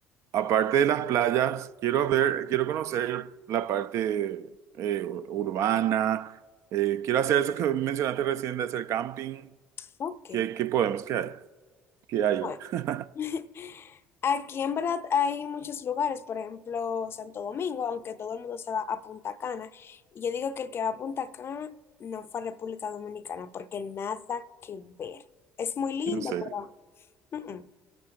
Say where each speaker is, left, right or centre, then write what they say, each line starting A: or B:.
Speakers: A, on the right; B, on the left.
A: aparte de las playas, quiero ver, quiero conocer la parte eh, ur- urbana. Eh, quiero hacer eso que mencionaste recién de hacer camping.
B: Ok,
A: ¿Qué, qué podemos? ¿Qué hay? ¿Qué hay?
B: bueno.
A: <laughs>
B: <laughs> Aquí en verdad hay muchos lugares, por ejemplo, Santo Domingo, aunque todo el mundo se va a Punta Cana. Y yo digo que el que va a Punta Cana no fue a República Dominicana, porque nada que ver. Es muy lindo,
A: No sé.
B: pero mm, mm.